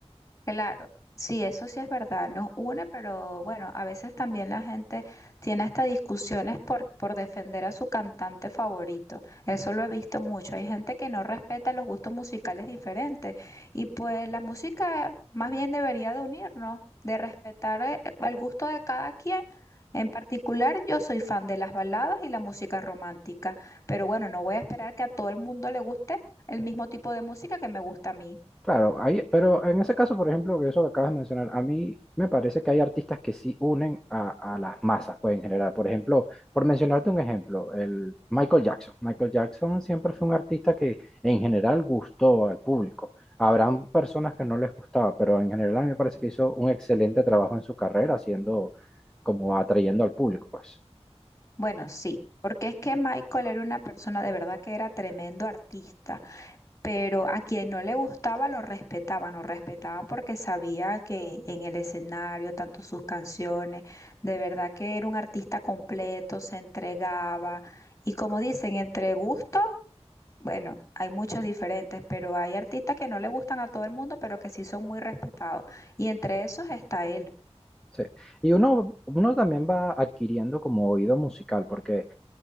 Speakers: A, on the left (about 25°); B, in the centre.
A: Claro, sí, eso sí es verdad, nos une, pero bueno, a veces también la gente tiene hasta discusiones por, por defender a su cantante favorito. Eso lo he visto mucho. Hay gente que no respeta los gustos musicales diferentes y pues la música más bien debería de unirnos, de respetar eh, el gusto de cada quien. En particular, yo soy fan de las baladas y la música romántica, pero bueno, no voy a esperar que a todo el mundo le guste el mismo tipo de música que me gusta a mí.
B: Claro, hay, pero en ese caso, por ejemplo, que eso que acabas de mencionar, a mí me parece que hay artistas que sí unen a, a las masas, pues en general. Por ejemplo, por mencionarte un ejemplo, el Michael Jackson. Michael Jackson siempre fue un artista que en general gustó al público. Habrán personas que no les gustaba, pero en general a mí me parece que hizo un excelente trabajo en su carrera, haciendo como atrayendo al público, pues.
A: Bueno, sí, porque es que Michael era una persona de verdad que era tremendo artista, pero a quien no le gustaba lo respetaban, lo respetaban porque sabía que en el escenario, tanto sus canciones, de verdad que era un artista completo, se entregaba y como dicen, entre gustos, bueno, hay muchos diferentes, pero hay artistas que no le gustan a todo el mundo, pero que sí son muy respetados y entre esos está él.
B: Sí. Y uno, uno también va adquiriendo como oído musical, porque